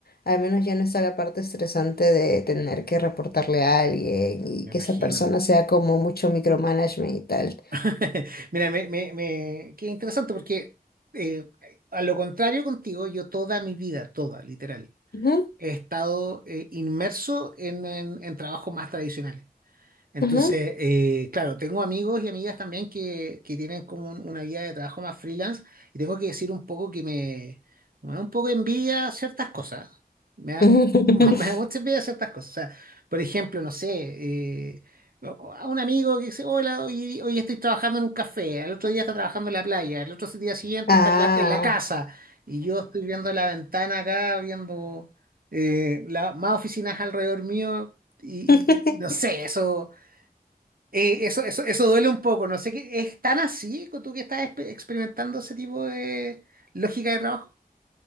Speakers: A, on the left; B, on the right.
A: al menos ya no está la parte estresante de tener que reportarle a alguien y
B: Me
A: que
B: imagino.
A: esa persona sea como mucho micromanagement y tal.
B: <laughs> Mira, me, me, me- qué interesante porque eh, a lo contrario contigo, yo toda mi vida, toda, literal,
A: Ujú,
B: he estado eh, inmerso en, en, en trabajos más tradicionales. Entonces,
A: ujú.
B: eh, claro, tengo amigos y amigas también que, que tienen como un- una vida de trabajo más freelance y tengo que decir un poco que me, me da un poco de envidia ciertas cosas. Me da,
A: <laughs>
B: mu- <laughs> me da mucha envidia ciertas cosas. O sea, por ejemplo, no sé, eh, o- a un amigo que dice, hola, hoy, hoy estoy trabajando en un café, al otro día está trabajando en la playa, al otro día siguiente
A: Ah.
B: está en la, en la casa y yo estoy viendo la ventana acá, viendo eh, la- más oficinas alrededor mío y,
A: <laughs>
B: y- y no sé, eso... Eh, eso, eso, eso duele un poco, no sé qué, ¿es tan así co- tú que estás exper- experimentando ese tipo de lógica de trabajo?